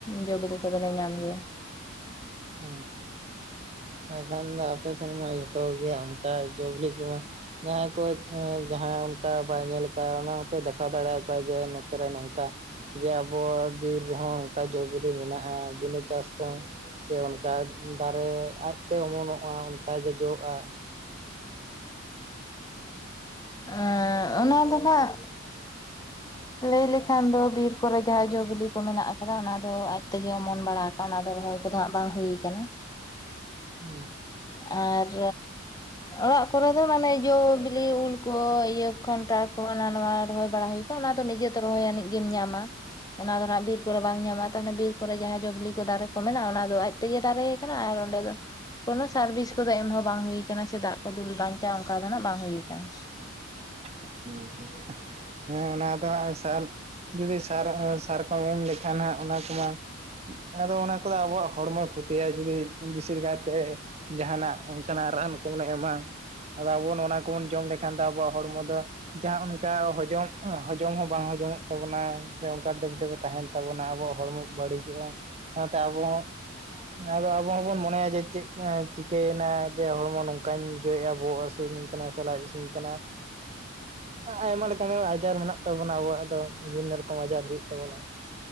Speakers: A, on the left; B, on the right.
A: ᱡᱚ-ᱵᱤᱞᱤ ᱠᱚᱫᱚᱞᱮ ᱧᱟᱢ ᱜᱮᱭᱟ᱾
B: ᱦᱩᱸ ᱦᱩᱸ ᱮᱱᱠᱷᱟᱱ ᱫᱚ ᱟᱯᱮ ᱥᱮᱱ ᱢᱟ ᱡᱦᱚᱛᱚ ᱜᱮ ᱚᱱᱠᱟ ᱡᱚ-ᱵᱤᱞᱤ ᱠᱚᱢᱟ ᱡᱟᱦᱟᱸᱭ ᱠᱚ ᱡᱟᱦᱟ ᱚᱱᱠᱟ ᱵᱟᱭ ᱧᱮᱞ ᱠᱟ ᱚᱱᱟ ᱦᱚᱸᱯᱮ ᱫᱮᱠᱷᱟᱣ ᱫᱟᱲᱮᱭ ᱟᱠᱚᱣᱟ ᱡᱮ ᱱᱚᱛᱮᱨᱮ ᱱᱚᱝᱠᱟ ᱡᱮ ᱟᱵᱚᱣᱟᱜ ᱵᱤᱨ ᱨᱮᱦᱚᱸ ᱚᱝᱠᱟ ᱡᱚ ᱵᱤᱞᱤ ᱢᱮᱱᱟᱜ-ᱟ ᱵᱤᱱᱟᱹ ᱪᱟᱥ ᱛᱮᱦᱚᱸ ᱥᱮ ᱚᱱᱠᱟ <inaudible> ᱫᱟᱨᱮ ᱟᱡᱛᱮ ᱚᱢᱚᱱᱚᱜ-ᱟ ᱚᱱᱠᱟ ᱜᱮ ᱡᱚᱜ-ᱟ᱾
A: ᱮ ᱚᱱᱟ ᱫᱚ ᱱᱟᱜ ᱞᱮᱭ ᱞᱮᱠᱷᱟᱱ ᱫᱚ ᱵᱤᱨ ᱠᱚᱨᱮ ᱡᱟᱦᱟᱸ ᱡᱚ ᱵᱤᱞᱤ ᱠᱚ ᱢᱮᱱᱟᱜ ᱟᱠᱟᱫᱟ ᱚᱱᱟ ᱫᱚ ᱟᱡ ᱛᱮᱜᱮ ᱚᱢᱚᱱ ᱵᱟᱲᱟ ᱟᱠ ᱚᱱᱟ ᱫᱚ ᱨᱚᱦᱚᱭ ᱠᱚᱫᱚ ᱦᱟᱸᱜ ᱵᱟᱝ ᱦᱩᱭ ᱠᱟᱱᱟ᱾
B: ᱦᱩᱸ,
A: ᱟᱨ ᱚᱲᱟᱜ ᱠᱚᱨᱮ ᱫᱚ ᱢᱟᱱᱮ ᱡᱚ ᱵᱤᱞᱤ ᱩᱞ ᱠᱚ ᱤᱭᱟᱹ ᱠᱷᱟᱱᱴᱟᱬ ᱠᱚ ᱦᱟᱱᱟ ᱱᱚᱣᱟ ᱨᱚᱦᱚᱭ ᱵᱟᱲᱟ ᱦᱩᱭ ᱚᱱᱟ ᱫᱚ ᱱᱤᱡᱮᱛᱮ ᱨᱚᱦᱚᱭ ᱟᱹᱱᱤᱡ ᱜᱮᱢ ᱧᱟᱢᱟ᱾ ᱚᱱᱟ ᱫᱚ ᱱᱟᱜ ᱵᱤᱨ ᱠᱚᱨᱮ ᱵᱟᱝ ᱧᱟᱢᱟ-ᱟ ᱛᱚ ᱦᱟᱱᱮ ᱵᱤᱨ ᱠᱚᱨᱮ ᱡᱟᱦᱟᱸ ᱡᱚᱵᱤᱞᱤ ᱠᱚ ᱫᱟᱨᱮ ᱠᱚ ᱢᱮᱱᱟᱜ-ᱟ ᱚᱱᱟ ᱫᱚ ᱟᱡ ᱛᱮᱜᱮ ᱫᱟᱨᱮ ᱟᱠᱟᱱᱟ ᱟᱨ ᱚᱸᱰᱮ ᱫᱚ ᱠᱳᱱᱳ ᱥᱟᱨᱵᱷᱤᱥ ᱠᱚᱫᱚ ᱮᱢᱦᱚᱸ ᱵᱟᱝ ᱦᱩᱭ ᱟᱠᱟᱱᱟ ᱥᱮ ᱫᱟᱜ ᱠᱩ ᱫᱩᱞ ᱵᱟᱧᱪᱟᱣ ᱚᱱᱠᱟ ᱫᱚ ᱱᱟᱜ ᱵᱟᱝ ᱦᱩᱭ ᱟᱠᱟᱱᱟ᱾
B: <unintelligible> ᱦᱮᱸ ᱚᱱᱟ ᱫᱚ ᱦᱟᱸᱜ ᱥᱟᱱ ᱡᱩᱫᱤ ᱥᱟᱨ ᱥᱟᱨ ᱠᱚᱢ ᱮᱢ ᱞᱮᱠᱷᱟᱱ ᱦᱟᱸᱜ ᱚᱱᱟ ᱠᱚᱢᱟ ᱟᱫᱚ ᱚᱱᱟ ᱠᱚᱫᱚ ᱟᱵᱚᱣᱟᱜ ᱦᱚᱬᱢᱚᱭ ᱠᱷᱩᱛᱤᱟᱭ ᱡᱩᱫᱤ ᱵᱤᱥᱤᱨ ᱠᱟᱭᱛᱮ ᱡᱟᱦᱟᱸᱱᱟᱜ ᱚᱱᱠᱟᱱᱟᱜ ᱨᱟᱱ ᱠᱩ ᱵᱚᱱ ᱮᱴᱟᱜᱼᱟ, ᱟᱫᱚ ᱟᱵᱚ ᱚᱱᱟ ᱠᱚᱵᱚᱱ ᱡᱚᱢ ᱞᱮᱠᱷᱟᱱ ᱫᱚ ᱟᱵᱚᱣᱟᱜ ᱦᱚᱲᱢᱚ ᱫᱚ ᱡᱟ ᱚᱱᱠᱟ ᱦᱚᱡᱚᱢ ᱚᱸ ᱦᱚᱡᱚᱢ ᱦᱚᱸ ᱵᱟᱝ ᱦᱚᱡᱚᱢᱚᱜ ᱛᱟᱵᱚᱱᱟ ᱥᱮ ᱚᱱᱠᱟ ᱰᱮᱵ ᱰᱮᱵᱮ ᱛᱟᱦᱮᱱ ᱛᱟᱵᱚᱱᱟ ᱟᱵᱚᱣᱟᱜ ᱦᱚᱬᱢᱚ ᱵᱟᱹᱲᱤᱡᱚᱜ-ᱟ᱾ ᱥᱟᱣᱛᱮ ᱟᱵᱩ ᱦᱚᱸ
A: <unintelligible>
B: ᱟᱫᱚ ᱟᱵᱚ ᱦᱚᱸᱵᱚᱱ ᱢᱚᱱᱮᱭᱟ ᱡᱮ ᱪᱮᱫ ᱪᱤᱠᱟᱹᱭᱮᱱᱟ ᱡᱮ ᱦᱚᱲᱢᱚ ᱱᱚᱝᱠᱟᱧ ᱵᱩᱡᱷᱟᱹᱣᱮᱫᱼᱟ ᱵᱚᱦᱚᱜ ᱦᱟᱹᱥᱩᱤᱧ ᱠᱟᱱᱟ᱾ ᱥᱮ ᱞᱟᱡ ᱦᱟᱹᱥᱩᱭᱮ ᱠᱟᱱᱟ᱾ ᱟᱭᱢᱟ ᱞᱮᱠᱟᱱᱟᱜ ᱟᱡᱟᱨ ᱢᱮᱱᱟᱜ ᱛᱟᱵᱚᱱᱟ ᱟᱵᱚᱣᱟᱜ ᱫᱚ ᱵᱤᱵᱷᱤᱱᱚ ᱨᱚᱠᱚᱢ ᱟᱡᱟᱨ ᱦᱩᱭᱩᱜ ᱛᱟᱵᱚᱱᱟ᱾